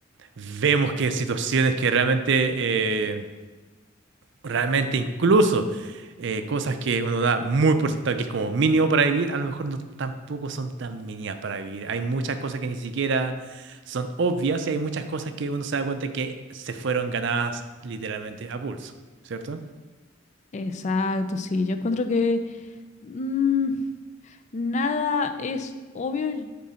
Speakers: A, on the right; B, on the left.
A: vemos que situaciones que realmente, eh, realmente incluso eh, cosas que uno da muy por sentado que es como mínimo para vivir, a lo mejor no tampoco son tan mínimas para vivir. Hay muchas cosas que ni siquiera son obvias y hay muchas cosas que uno se da cuenta que se fueron ganadas literalmente a pulso, cierto
B: Exacto, sí, yo encuentro que mm, nada es obvio, y